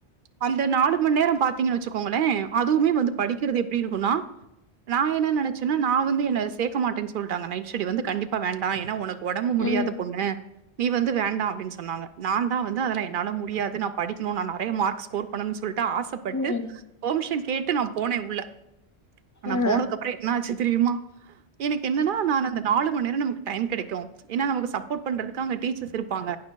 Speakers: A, on the right; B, on the left.
A: அந்த நாலு மணி நேரோ பாத்தீங்கன்னு வச்சுக்கோங்களே அதுவுமே வந்து படிக்கிறது எப் டி இருக்குன்னா நா என்ன நெனைச்சேன்னா நா வந்து என்ன சேக்க மாட்டேன்னு சொல்றாங்க நைட் ஸ்டடி வந்து கண்டிப்பா வேண்டா ஏன்னா உனக் ஒடம்பு முடியாத
B: ம் ம்
A: பொண்ணு நீ வந்து வேண்டா அப்டின்னு சொன்னாங்க. நான்தா வந்து அதல்லா என்னால முடியாது நா படிக்கணு நா நெறைய மார்க்ஸ் ஸ்கோர் பண்ணனுன் சொல் ட்டு ஆசப்பட்டு
B: ம்
A: பர்மிஷன் கேட் டு நா போனே உள்ள. ஆனா
B: ஆ
A: போனதுக்கு அப்றோ என்னாச்சு தெரியுமா? எனக்கு என்னனா நானு அந்த நாலு நேரம் நமக்கு டைம் கெடைக்கு ஏன்னா நமக்கு சப்போர்ட் பண்றதுக்கங்க டீச்சர்ஸ் இருப்பாங்க